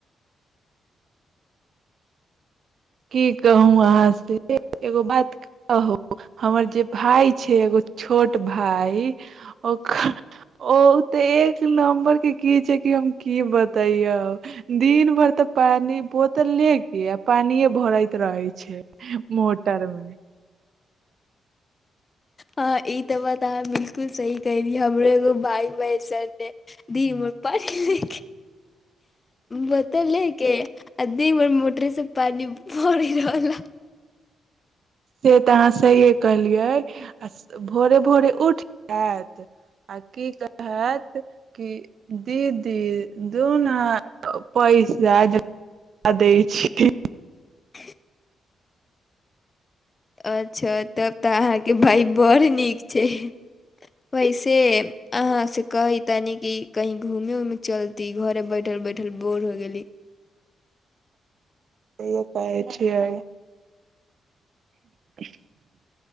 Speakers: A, on the right (about 65°); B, on the left (about 30°).
A: की कहू अहाँ से एगो बात कहू हमर जे भाय छैय एगो छोट भाय ओकर ओ तऽ एक नम्बर के की छैय कि हम की बतैयो दिन भरि ते पानी बोतल ले के पानिये भरइत रहै छैय मो टर मे
B: हँ ई तऽ बात अहाँ बिलकुल सही कयरी हमरो एगो भाई <unintelligible> <unintelligible> धीमर पड़ ही ही बतेलै के आ दीन भर मोटरेसँ पानि भरि रहल ह
A: से तऽ अहाँ सहिए कहलियै आ भोरे भोरे उठ जायत आ की कहत कि दीदी दुना पैसा <unintelligible>
B: <inaudible> अच्छा तब तऽ अहाँके भाय बड़ नीक छैय वैसे अहाँ से कहयै तनी की कहीं घूमे उमे चल ती घरे बैठल बैठल बोर हो गेली
A: कहय छियै <inaudible>